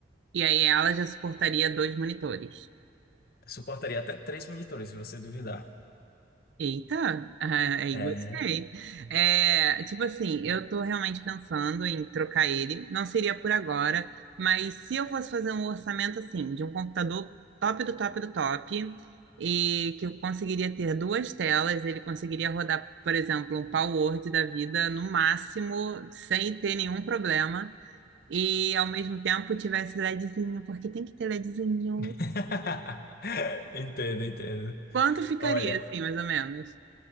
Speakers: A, on the right; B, on the left.
A: e aí ela já suportaria dois monitores.
B: Suportaria até três monitores, se você duvidar.
A: Eita, ah, aí
B: É.
A: gostei. É, tipo assim, eu tô realmente pensando em trocar ele. Não seria por agora, mas se eu fosse fazer um orçamento assim, de um computador top do top do top, e que eu conseguiria ter duas telas, ele conseguiria rodar, por exemplo, um Power Word da vida no máximo, sem ter nenhum problema, e ao mesmo tempo tivesse LEDzinho, porque tem que ter LEDzinho.
B: <laughs> Entendo, entendo.
A: Quanto ficaria
B: Olha,
A: assim, mais ou menos?